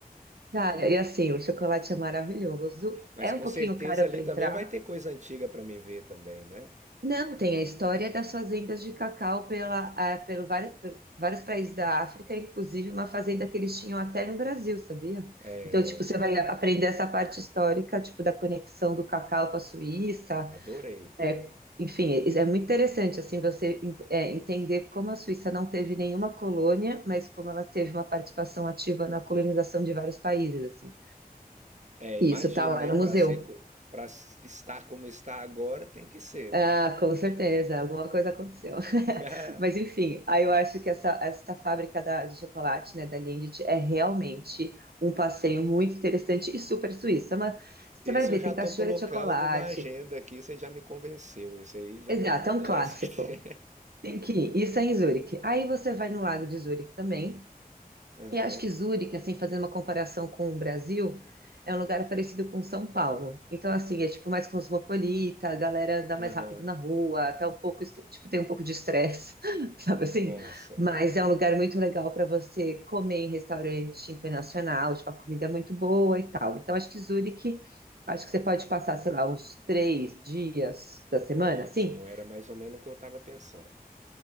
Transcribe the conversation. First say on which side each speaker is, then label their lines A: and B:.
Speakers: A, on the right; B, on the right.
A: Cara, e assim, o chocolate é maravilhoso.
B: Mas
A: É um
B: com
A: pouquinho
B: certeza
A: caro
B: ali
A: para
B: também
A: entrar.
B: vai ter coisa antiga para me ver também, né?
A: Não, tem a história das fazendas de cacau pela, ah, pelo vários, por vários países da África, inclusive uma fazenda que eles tinham até no Brasil, sabia?
B: É,
A: Então, tipo, você vai aprender essa parte histórica, tipo, da conexão do cacau com a Suíça.
B: adorei.
A: É, enfim, é, é muito interessante, assim, você en- é, entender como a Suíça não teve nenhuma colônia, mas como ela teve uma participação ativa na colonização de vários países, assim.
B: É,
A: Isso,
B: imagino,
A: tá lá
B: né?
A: no
B: Para
A: museu.
B: ser, para estar como está agora, tem que ser,
A: Ah,
B: né?
A: com certeza, alguma coisa aconteceu.
B: <laughs>
A: <laughs> Mas enfim, aí eu acho que essa, essa fábrica da- de chocolate, né, da Lindt, é realmente um passeio muito interessante e super suíço. É uma- você
B: Esse
A: vai ver,
B: eu já
A: tem cachoeira
B: tô colocando
A: de chocolate.
B: na agenda aqui, você já me convenceu. Esse aí já
A: Exato,
B: pode,
A: é um
B: já
A: clássico.
B: é certeza.
A: Tem que ir. Isso é em Zurique. Aí você vai no Lago de Zurique também.
B: <laughs> Aham,
A: E acho que Zurique, assim, fazendo uma comparação com o Brasil, é um lugar parecido com São Paulo. Então, assim, é tipo mais cosmopolita, a galera anda mais
B: aham.
A: rápido na rua, tá um pouco, est- tipo, tem um pouco de estresse, <laughs> sabe assim?
B: Nossa,
A: Mas é um lugar muito legal para você comer em restaurante internacional, tipo, a comida é muito boa e tal. Então, acho que Zurique, acho que você pode passar, sei lá, uns três dias da semana,
B: ótimo.
A: assim,
B: Era mais ou menos o que eu estava pensando.